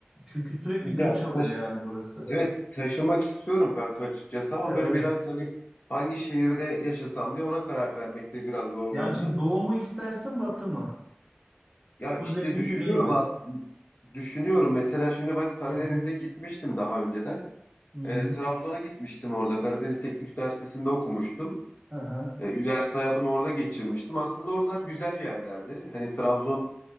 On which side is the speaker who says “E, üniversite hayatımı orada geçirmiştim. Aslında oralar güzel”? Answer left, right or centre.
Left